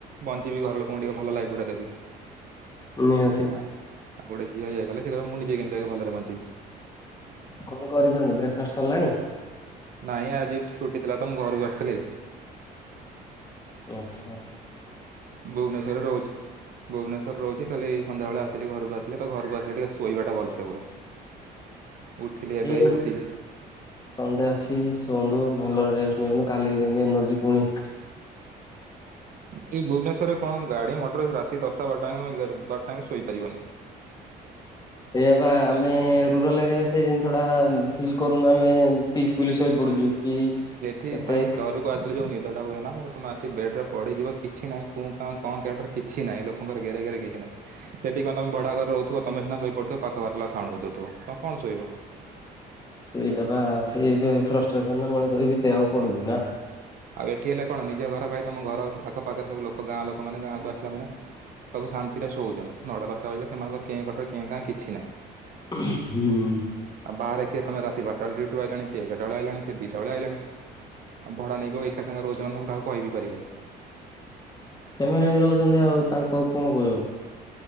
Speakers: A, on the right (about 55°); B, on the left (about 25°).
A: ବଞ୍ଚିବି ଘର ଲୋକଙ୍କୁ ଟିକେ ଭଲ ଲାଇଫ୍ ଗୁଡା ଦେବି।
B: ନିହାତି
A: ହଁ ଆଉ ଗୋଟେ ଝିଅ ଏଇଆ କଲେ ସେ କହିବ ମୁଁ ନିଜେ କେମିତି ଆଗେ ଭଲରେ ବଞ୍ଚିବି।
B: କଣ କରିଚନ୍ତି ବ୍ରେକ୍ ଫାଷ୍ଟ ସଲାଣି?
A: ନାଇଁ ଆଜି ଛୁଟି ଥିଲା ତ ମୁଁ ଘରକୁ ଆସିଥିଲି।
B: ଆଛା।
A: ଭୁବନେଶ୍ଵରରେ ରହୁଛି। ଭୁବନେଶ୍ୱର ରହୁଚି କାଲି ସନ୍ଧ୍ୟାବେଳେ ଆସିଲି ଘରକୁ ଆସିଲେ ତ ଘରକୁ ଆସିଲେ ଟିକେ ଶୋଇବାଟା ଭଲସେ ହୁଏ। ଉଠିଲି ଏବେ
B: ଠିକ୍
A: ହି
B: ଅଛି
A: ଉଠିକି
B: ସଣ୍ଡେ ଅଛି ଶୁଅନ୍ତୁ ଭଲରେ ରେଷ୍ଟ ନିଅନ୍ତୁ କାଲିକି ଯେମତି ଏନର୍ଜି ପୁଣି
A: ଏଇ ଭୁବନେଶ୍ଵର ରେ କଣ ଗାଡି ମଟର ରାତି ଦଶଟା ବାରଟା ଆଙ୍କେ ତମେ ବାରଟା ଆଙ୍କେ ଶୋଇପାରିବନି।
B: ସେଇଆ ବା ଆମେ ରୁରାଲ ଏରିଆରେ ସେଇ ଜିନିଷ ଟା ଫିଲ୍ କରୁନୁ ଆମେ ପିସ୍ ପୁଲି ସୁଇ ପଡୁଚୁ କି
A: ସେଠି
B: ଏତେ
A: ଭାଇ ଡ଼ରକୁ କୁ ଆସିଲେ ଯୋଉ ନିଦ ଟା ହୁଏ ନା ମୁଁ ତମେ ଆସି ବେଡ ରେ ପଡିଯିବ କିଛି ନାଇଁ କୁଁ କାଁ କ କଟର କିଛି ନାହିଁ ଲୋକଙ୍କର ଗେରେ ଗେରେ କିଛି ନାହିଁ। ସେଠି କଣ ତମେ ଭଡା ଘରେ ରହୁଥିବ ତମେ ସିନା ଶୋଇ ପଡିଥିବ ପାଖ <unintelligible> ଵାଲା ହେଲା ସାଉଣ୍ଡ ବଜଉଥିବ ତମ କଣ ଶୋଇବ।
B: ସେଇଟା ବା ସେଇ ଫ୍ରଷ୍ଟ୍ରେସନରେ ମଣିଷ ବି ବିତେଇବାକୁ ପଡୁଚି ନା।
A: ଆଉ ଏଠି ହେଲେ କଣ ନିଜ ଘର ଭାଇ ତମ ଘର ଆଖ ପାଖରେ ସବୁ ଲୋକ ଗାଁ ଲୋକ ମାନେ ଗାଁକୁ ଆସିଲା ମାନେ ସବୁ ଶାନ୍ତିରେ ଶୋଉଛନ୍ତି ନଅଟା ଦଶଟା ବାଜିଲେ ସେମାନଙ୍କର କେଁ କଟର କେଁ କାଁ କିଛି ନାହିଁ।
B: ହୁଁ।
A: ଆଉ ବାହାରେ କିଏ ତମେ ରାତି ବାରଟା ବେଳେ ଡିଉଟି ଆଇିଲାଣି କିଏ ଏଗାରଟା ବେଳେ ଆଇଲାଣି କିଏ ଦିଟା ବେଳେ ଆଇଲାଣି ଆଉ ଭଡା ନେଇ ଯଉ ଏକା ସାଙ୍ଗରେ ରହୁଚ ମାନେ ତମେ କାହାକୁ କହିିବି ପାରିବନି।
B: ସେମାନେ ବି ରହୁଚନ୍ତି ଆଉ ତାଙ୍କୁ ଆଉ କଣ କହିବ?